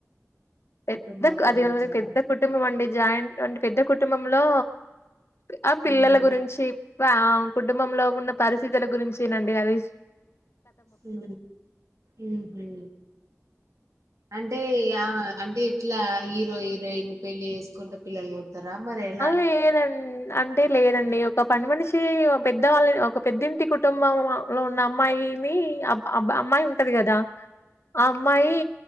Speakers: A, on the left; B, on the right.
A: పెద్ద
B: కుటుంబం గురించా
A: అది పెద్ద కుటుంబం అండి జాయింట్ అంటే పెద్ద కుం కుటుంబంలో ఆ పిల్లల
B: ఉహు
A: గురించి వావ్ కుటుంబంలో ఉన్న పరిస్థితుల గురించినండి అవి
B: ఊ ఉహు అంటే ఇగ అంటే ఇట్లా హీరో హీరోయిన్ పెళ్లి చేసుకుంటే పిల్లలు కూడ తర మరి ఎలా
A: లేదండి అంటే లేదండి ఒక పని మనిషి ఓ పెద్దవాళ్ళ ఒక పెద్దింటి కుటుంబం వ లో ఉన్న అమ్మాయి కిని అ ఆబ్బ్బా యీ అమ్మాయి ఉంటది కదా ఆ అమ్మాయి